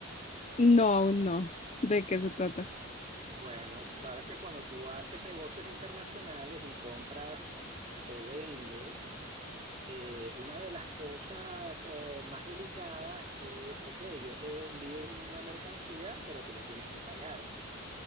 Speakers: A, on the left; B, on the right.
A: No, aún no. ¿De qué se trata?
B: Bueno, tú sabes que cuando tú haces negocios internacionales y compras o vendes, eh, una de las cosas eh, más delicadas es, ok, yo te envío una mercancía, pero tú me tienes que pagar.